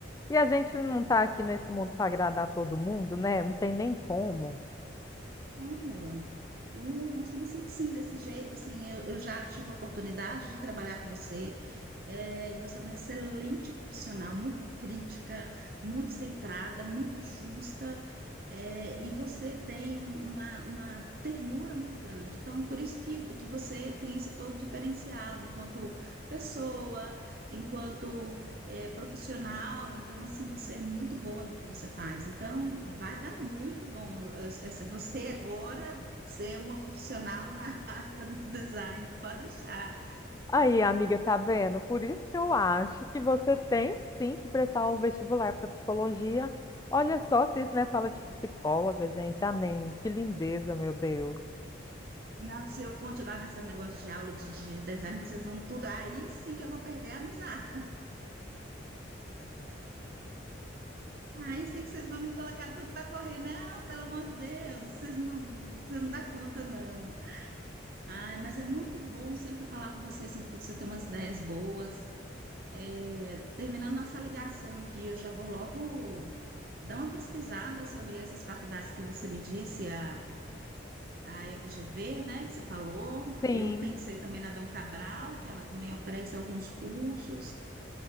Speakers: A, on the left (about 20°); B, on the right (about 50°).
A: E a gente não tá aqui nesse mundo para agradar todo mundo, né? Não tem nem como.
B: Amo. E eu acho você sim, desse jeito, assim, eu, eu já tive a oportunidade de trabalhar com você, é, e você é uma excelente profissional, muito crítica, muito centrada, muito justa, é, e você tem um- uma, uma ternura muito grande. Então, por isso que, que você tem esse todo diferencial enquanto pessoa, enquanto é, profissional, então assim, você é muito boa no que você faz. Então, vai dar muito bom. As- essa- Você agora ser uma profissional na <laughs> área do design, pode deixar.
A: Aí, amiga, tá vendo? Por isso que eu acho que você tem sim que prestar o vestibular para psicologia. Olha só se isso não é fala de psicóloga, gente. Ah, nem, que lindeza, meu Deus.
B: Não, se eu continuar nesse negócio de aula de, de design, vocês vão tudo. Aí sim que eu vou perder a amizade. Aí sim que vocês vão me colocar tudo para correr. Não, pelo amor de Deus, vocês não, você não dá conta, não. Ai, mas é muito bom sempre falar com você, sempre que você tem umas ideias boas. É, terminando nossa ligação aqui, eu já vou logo dar uma pesquisada sobre essas faculdades que você me disse, a, a FGV, né, que você falou.
A: Sim.
B: Eu pensei também na Dom Cabral, que ela também oferece alguns cursos.